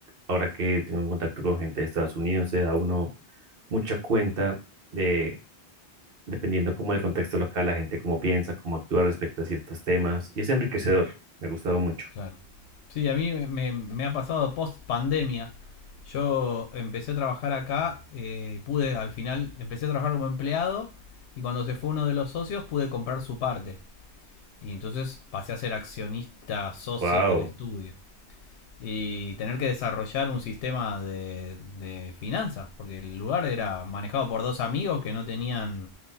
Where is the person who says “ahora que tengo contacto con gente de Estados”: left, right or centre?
Right